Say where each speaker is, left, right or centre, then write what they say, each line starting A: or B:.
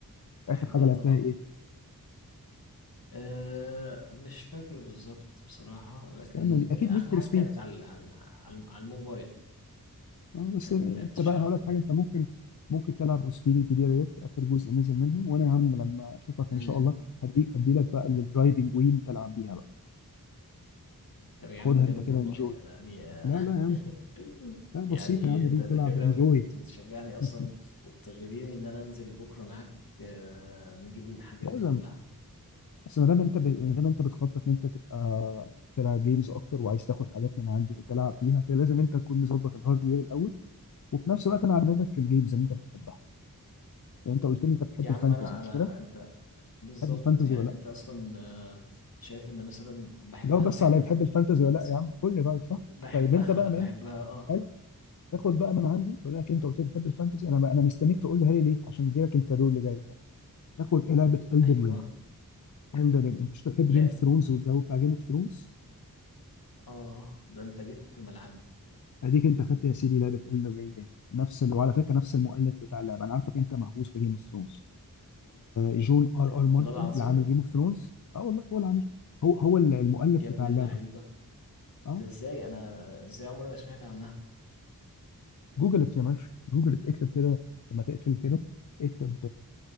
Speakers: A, on the left; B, on the left.
A: اخر
B: بحبها
A: حاجه لعبتها
B: طبعا
A: ايه؟
B: آه مش فاكر بالظبط بصراحه لكن
A: استنى اكيد
B: اخر
A: نيد فور
B: حاجه
A: سبيد
B: كانت على على على على الموبايل
A: اه بس
B: يعني
A: انت
B: ما لعبتش
A: بقى
B: على
A: هقول
B: ال-
A: لك حاجه انت ممكن ممكن تلعب سبيد الجديده ديت اخر جزء نزل منها وانا يا عم لما اشوفك
B: مم.
A: ان شاء الله هدي هدي لك بقى الدرايفنج ويل تلعب بيها بقى
B: طب يا
A: خدها
B: عم جامد
A: انت كده
B: والله
A: انجوي
B: يعني
A: لا لا يا عم
B: <laughs>
A: لا بسيطه
B: يعني
A: يا عم
B: انت
A: دي
B: انت
A: تلعب
B: كده
A: انجوي
B: بت بت بتشجعني اصلا
A: <laughs>
B: وبتغريني ان انا انزل بكره معاك آه، نجيب الحاجات
A: لازم
B: دي كلها
A: بس ما دام انت ب... ما دام انت بتخطط ان انت تبقى تلعب جيمز اكتر وعايز تاخد حاجات من عندي وتلعب بيها كده لازم انت تكون مظبط الهاردوير الاول وفي نفس الوقت انا على دماغك في الجيمز اللي انت بتحبها يعني انت قلت لي انت بتحب
B: يا
A: الفانتزي
B: عم انا
A: مش
B: انا
A: كده؟
B: انت بالظبط
A: بتحب الفانتزي
B: يعني
A: ولا
B: انت
A: لا؟
B: اصلا آه، شايف ان مثلا بحبها
A: جاوب بس
B: بحب
A: عليا
B: الف-
A: بتحب
B: الفانتسي
A: الفانتزي ولا لا يا عم قول لي رايك صح؟
B: بحبها
A: طيب انت بقى من
B: <laughs> بحبها اه
A: قال تاخد بقى من عندي بقول لك انت قلت لي بتحب الفانتزي انا بقى انا مستنيك تقول لي هالي ليه عشان ادي لك الكادو اللي جاي ده تاخد ايه لعبه Elden
B: ايوه
A: Ring Elden Ring انت مش بتحب
B: لعب
A: جيم اوف ثرونز والجو بتاع جيم اوف ثرونز
B: اه ده انت جيت في ملعبي
A: اديك انت خدت يا سيدي لعبه Elden Ring اهي نفس ال... وعلى فكره نفس المؤلف بتاع اللعبه انا عارفك انت مهووس بجيم اوف ثرونز جون ار ار مارتن
B: والله العظيم
A: اللي عامل جيم اوف ثرونز اه والله هو اللي عامل هو هو المؤلف
B: يا ابن
A: بتاع اللعبه
B: اللعيبه
A: اه
B: ده ازاي انا أنا ازاي عمري ما سمعت عنها
A: جوجلت يا باشا جوجلت اكتب كده لما تقفل كده اكتب